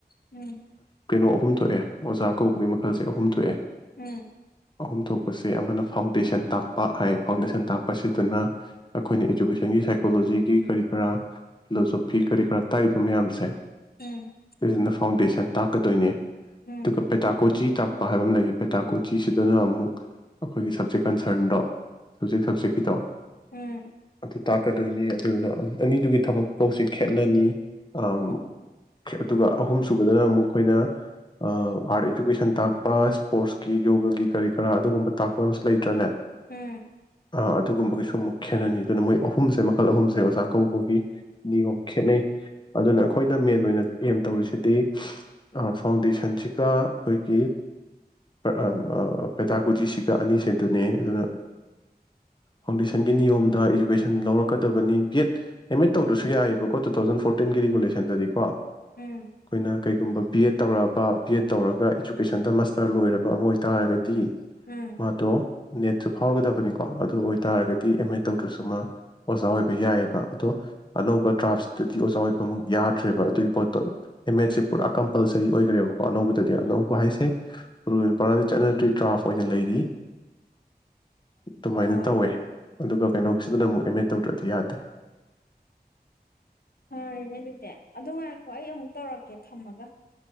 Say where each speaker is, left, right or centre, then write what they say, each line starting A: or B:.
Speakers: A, on the left (about 65°); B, on the left (about 25°).
A: ꯎꯝ
B: ꯀꯩꯅꯣ ꯑꯍꯨꯝ ꯊꯣꯛꯑꯦ ꯑꯣꯖꯥ ꯀꯧꯕꯒꯤ ꯃꯈꯜꯁꯦ ꯑꯍꯨꯝ ꯊꯣꯛꯑꯦ
A: ꯎꯝ
B: ꯑꯍꯨꯝ ꯊꯣꯛꯄꯁꯦ ꯑꯃꯅ ꯐꯥꯎꯟꯗꯦꯁꯟ ꯇꯥꯛꯄ ꯍꯥꯏ ꯐꯥꯎꯟꯗꯦꯁꯟ ꯇꯥꯛꯄꯁꯤꯗꯅ ꯑꯩꯈꯣꯏꯅ ꯏꯖꯨꯀꯦꯁꯟ ꯅꯪꯒꯤ ꯁꯥꯏꯀꯣꯂꯣꯖꯤꯒꯤ ꯀꯔꯤ ꯀꯔꯥ ꯐꯤꯂꯣꯁꯣꯐꯤ ꯀꯔꯤ ꯀꯔꯥ ꯇꯥꯛꯏꯕ ꯃꯌꯥꯝꯁꯦ
A: ꯎꯝ
B: ꯖꯤꯅ ꯐꯥꯎꯟꯗꯦꯁꯟ ꯇꯥꯛꯀꯗꯣꯏꯅꯦ
A: ꯎꯝ
B: ꯇꯨ ꯀ ꯄꯤꯇꯥ ꯀꯣ ꯆꯤ ꯇꯥꯛꯄ ꯍꯥꯏꯕ ꯑꯃ ꯂꯩꯌꯦ ꯄꯦꯇꯥꯛꯀꯨ ꯆꯤꯁꯤꯗꯅ ꯑꯃꯨꯛ ꯑꯩꯈꯣꯏꯒꯤ ꯁꯞꯖꯦꯛ ꯀꯟꯁꯔꯟꯗꯣ ꯁꯞꯖꯦꯛ ꯁꯞꯖꯦꯛꯀꯤꯗꯣ
A: ꯎꯝ
B: ꯑ ꯇꯥꯛꯀꯗꯣꯏꯅꯦ ꯑꯗꯨꯗꯨꯅ ꯑꯅꯤꯗꯨꯒꯤ ꯊꯕꯛ ꯈꯨꯀꯧꯁꯤ ꯈꯦꯠꯅꯅꯤ ꯑ
A: ꯎꯝ
B: ꯑꯗꯨꯒ ꯑꯍꯨꯝ ꯁꯨꯕꯗꯅ ꯑꯃꯨꯛ ꯑꯩꯈꯣꯏꯅ ꯑ ꯑꯥꯔꯠ ꯏꯖꯨꯀꯦꯁꯟ ꯇꯥꯛꯄ ꯁ꯭ꯄꯣꯔꯠꯁꯀꯤ ꯌꯣꯒꯒꯤ ꯀꯔꯤ ꯀꯔꯥ ꯑꯗꯨꯒꯨꯝꯕ ꯇꯥꯛꯄ ꯑꯝꯨ ꯂꯩꯇ꯭ꯔꯅꯦ
A: ꯎꯝ
B: ꯑꯗꯨꯒꯨꯝꯕꯒꯤꯁꯨ ꯑꯃꯨꯛ ꯈꯦꯠꯅꯅꯤ ꯑꯗꯨꯅ ꯃꯣꯏ ꯑꯍꯨꯝꯁꯦ ꯃꯈꯜ ꯑꯍꯨꯝꯁꯦ ꯑꯣꯖꯥ ꯀꯧꯕꯒꯤ ꯅꯤꯌꯣꯝ ꯈꯦꯠꯅꯩ ꯑꯗꯨꯅ ꯑꯩꯈꯣꯏꯅ ꯃꯦꯟ ꯑꯣꯏꯅ ꯑꯦꯝ ꯇꯧꯔꯤꯁꯤꯗꯤ ꯐꯥꯎꯟꯗꯦꯁꯟꯁꯤꯒ ꯑꯩꯈꯣꯏꯒꯤ ꯄ ꯄꯦꯇꯥꯀꯨꯖꯤꯁꯤꯒ ꯑꯅꯤꯁꯤꯗꯨꯅꯦ ꯑꯗꯨꯅ ꯐꯥꯎꯟꯗꯦꯁꯟꯒꯤ ꯅꯤꯌꯣꯝꯗ ꯏꯖꯨꯀꯦꯁꯟ ꯂꯧꯔꯛꯀꯗꯕꯅꯤ ꯕꯤ ꯑꯦꯗ ꯑꯦꯝ ꯑꯦꯗ ꯇꯧꯗꯁꯨ ꯌꯥꯏꯑꯕꯀꯣ ꯇꯨ ꯊꯥꯎꯖꯟ ꯐꯣꯔꯇꯤꯟꯒꯤ ꯔꯤꯒꯨꯂꯦꯁꯟꯗꯗꯤꯀꯣ ꯑꯩꯈꯣꯏꯅ
A: ꯎꯝ
B: ꯀꯩꯒꯨꯝꯕ ꯕꯤ ꯑꯦꯗ ꯇꯧꯔꯛꯑ ꯕꯤ ꯑꯦꯗꯠ ꯇꯧꯔꯒ ꯏꯖꯨꯀꯦꯁꯟꯗ ꯃꯥꯁꯇꯔ ꯂꯣꯏꯔꯕ ꯑꯃ ꯑꯣꯏꯇꯥꯔꯒꯗꯤ ꯗꯤ
A: ꯎꯝ
B: ꯃꯥꯗꯣ ꯅꯦꯠ ꯁꯨ ꯐꯥꯎꯔꯒꯗꯕꯅꯤꯀꯣ ꯑꯗꯨ ꯑꯣꯏꯇꯥꯔꯒꯗꯤ ꯑꯦꯝ ꯑꯦ ꯇꯧꯗ꯭ꯔꯁꯨ ꯃꯥ ꯑꯣꯖꯥ ꯑꯣꯏꯕ ꯌꯥꯏꯌꯦꯕ ꯑꯗꯣ ꯑꯅꯧꯕ ꯗ꯭ꯔꯥꯐꯇꯗꯤ ꯑꯣꯖꯥ ꯑꯣꯏꯕ ꯑꯃꯨꯛ ꯌꯥꯗ꯭ꯔꯦꯕ ꯑꯗꯨꯒꯤ ꯄꯣꯠꯇꯣ ꯏꯃꯦꯆ
A: ꯎꯝ
B: ꯄꯨꯨꯔꯥ ꯄꯜꯁꯔꯤ ꯑꯣꯏꯈ꯭ꯔꯦꯕꯀꯣ ꯑꯅꯧꯕꯗꯗꯤ ꯑꯅꯧꯕ ꯍꯥꯏꯁꯦ ꯔꯨꯜ ꯄꯔꯥꯗꯤ ꯆꯠꯅꯗ꯭ꯔꯤ ꯇ꯭ꯔꯥꯐ ꯑꯣꯏꯅ ꯂꯩꯔꯤ ꯑꯗꯨꯃꯥꯏꯅ
A: ꯑꯣ
B: ꯇꯧꯋꯦ ꯑꯗꯨꯒ ꯀꯩꯅꯣꯁꯤꯗꯅ ꯑꯃꯨꯛ ꯑꯦꯝ ꯑꯦ ꯇꯧꯗ꯭ꯔꯗꯤ ꯌꯥꯗꯦ
A: ꯐꯔꯦꯅꯦ ꯑꯗꯨꯗꯤ ꯑꯗꯨ ꯉꯥꯢꯈꯣ ꯍꯣꯏ ꯑꯩ ꯑꯃꯨꯛ ꯇꯧꯔꯛꯀꯦ ꯊꯝꯃꯒ